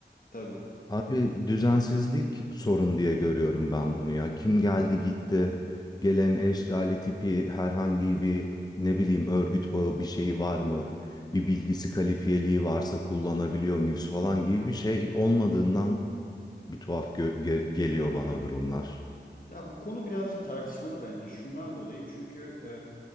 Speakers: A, on the left; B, on the left.
A: tabii.
B: Abi düzensizlik sorun diye görüyorum ben bunu ya. Kim geldi gitti. Gelen eşgali tipi herhangi bir ne bileyim örgüt bağı bir şeyi var mı? Bir bilgisi kalifiyeliği varsa kullanabiliyor muyuz falan gibi bir şey olmadığından bir tuhaf gö- ge- geliyor bana durumlar.
A: Ya bu konu birazcık tartışmalı bence şundan dolayı çünkü e,